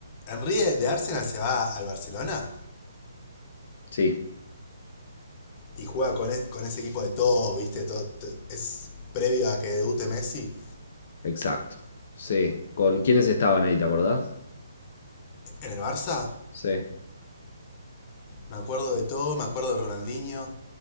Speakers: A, on the left (about 30°); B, on the left (about 50°).
A: Henry de, Arsenal se va al Barcelona
B: Sí,
A: y juega con, e- con ese equipo de todo, ¿viste? Todo, es previo a que debute Messi.
B: exacto. Sí. ¿Con quiénes estaban ahí, te acordás?
A: En el Barça,
B: Sí.
A: me acuerdo de todo, me acuerdo de Ronaldinho.